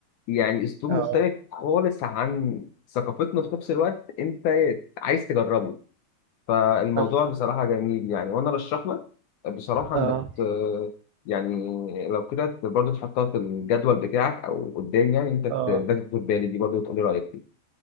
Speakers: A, on the left; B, on the right.
A: يعني اسلوب
B: اه
A: مختلف خالص عن ثقافتنا في نفس الوقت انت عايز تجربه فالموضوع
B: طب
A: بصراحة جميل يعني وانا رشح لك بصراحة
B: اه
A: انك ت- يعني لو كده برضه تحطها في الجدول بتاعك او قدام يعني انت ت-
B: اه
A: لازم تاخد بالي دي برضه وتقول لي رايك فيها